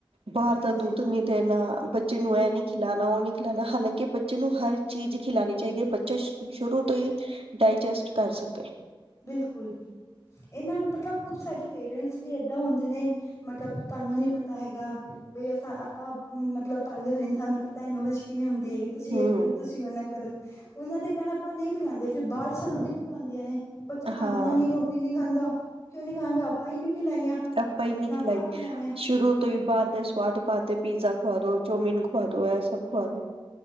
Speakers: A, on the right; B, on the left.
A: ਬਾਹਰ
B: ਹਾਂਜੀ
A: ਦਾ ਦੁੱਧ ਨੀ ਦੇਣਾ, ਬੱਚੇ ਨੂੰ
B: ਬਿਲਕੁਲ
A: ਇਹ ਨੀ ਖਿਲਾ ਨਾ ਉਹ ਨਹੀਂ ਖਿਲਾਣਾ ਹਾਲਾਂਕਿ ਬੱਚੇ ਨੂੰ ਹਰ ਚੀਜ਼ ਖਿਲਾਣੀ ਚਾਹੀਦੀ ਹੈ ਬੱਚਾ ਸ਼ੁਰੂ ਤੋਂ ਈ ਡਾਇਜਸਟ ਕਰ ਸਕ
B: ਬਿਲਕੁਲ ਇਹਨਾਂ ਮਤਲਬ ਕੁੱਝ ਸਾਡੇ ਪੇਰੈਂਟਸ ਵੀ ਇ- ਦਾ ਹੁੰਦੇ ਨੇ ਮਤਬ ਤੁਹਾਨੂੰ ਨੀ ਪਤਾ ਹੈਗਾ। ਬਈ ਅਸਾਂ ਆਪਾਂ ਮਤਲਬ ਪਹਿਲੇ ਨਹੀਂ ਸਾਨੂੰ ਪਤਾ ਏ ਨੋਲੈਜ। ਕਿਵੇਂ ਹੁੰਦੀ ਹੈਗੀ ਤੁਸੀਂ
A: ਹੂੰ
B: ਇਹ ਕਰੋ ਤੁਸੀਂ ਉਹ ਨਾਂ ਕਰੋ, ਉਹਨਾਂ ਦੇ ਕਹਿਣਾ ਆਪਾਂ ਨਹੀਂ ਪਿਲਾਂਦੇ ਫੇਰ ਬਾਅਦ ਚ ਸਾਨੂੰ ਦਿੱਕ- ਤਾਂ ਹੋਂਦੀਆਂ ਨੇ ਬੱਚਾ ਖਾਂਦਾ
A: ਹਾਂ
B: ਨੀ ਰੋਟੀ ਨੀ ਖਾਂਦਾ, ਕਿਉਂ ਨੀ ਖਾਂਦਾ ਆਪਾਂ ਹੀ ਨੀ ਖਿਲਾਈਆਂ।
A: ਆਪਾਂ ਹੀ ਨੀ
B: ਨਾ
A: ਖਿਲਾਈ,
B: ਆਪਾਂ ਖਿਲਾਈਆਂ
A: ਸ਼ੁਰੂ ਤੋਂ ਹੀ ਬਾਹਰ ਦੇ ਸਵਾਦ ਪਾਤੇ ਪੀਜ਼ਾ ਖਵਾ ਦੋ ਚੋਮਿਨ ਖਵਾ ਦੋ ਏ ਸਭ ਖਵਾ ਦੋ,